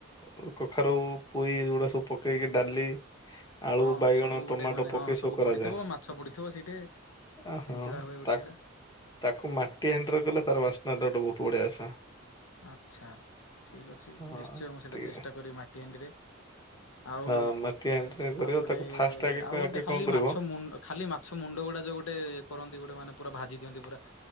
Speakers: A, on the left (about 20°); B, on the left (about 85°).
A: କ କଖାରୁ ପୋଇ ଏଗୁଡା ସବୁ ପକେଇକି ଡାଲି ଆଳୁ
B: ହଁ
A: ବାଇଗଣ
B: ସବୁ ଗୋଟେ
A: ଟମାଟୋ
B: ମାନେ
A: ପକେଇ
B: ହଁ
A: ସବୁ କରାଯାଏ।
B: ପଡିଥିବ ମାଛ ପଡିଥିବ ସେଇଠି
A: ଅହଁ
B: ଛିଞ୍ଚିଡା ହୁଏ ଗୋଟେ
A: ତାକୁ
B: ସେଇଟା
A: ତାକୁ ମାଟି ହାଣ୍ଡିରେ କଲେ ତାର ବାସ୍ନା ଗୋଟେ ବହୁତ ବଢିଆ ଆସେ।
B: ଆଚ୍ଛା ଠିକ ଅଛି
A: ହଁ।
B: ନିଶ୍ଚୟ ମୁଁ ସେଇଟା
A: ଟିକେ
B: ଚେଷ୍ଟା କରିବି ମାଟି ହାଣ୍ଡିରେ ଆଉ
A: ହଁ ମାଟି ହାଣ୍ଡିରେ କରିବ
B: ଆଉ ଗୋଟେ
A: ତାକୁ ଫାଷ୍ଟ ଆଗେ
B: ଆଉ ଗୋଟେ
A: ଆଗେ
B: ଖାଲି
A: କଣ କରିବ
B: ମାଛ ମୁ ଅ ଖାଲି ମାଛ ମୁଣ୍ଡ ଗୁଡା ଯୋଉ ଗୋଟେ କରନ୍ତି ଗୋଟେ ମାନେ ପୁରା ଭାଜି ଦିଅନ୍ତି ପୁରା।